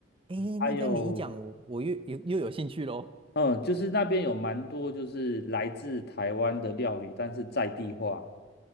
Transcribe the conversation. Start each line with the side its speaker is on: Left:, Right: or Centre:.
Right: 诶那这样你一讲，
Left: 还有，
Right: 我我又又又有兴趣喽。
Left: 嗯，就是那边有蛮多就是来自台湾的料理，但是在地化。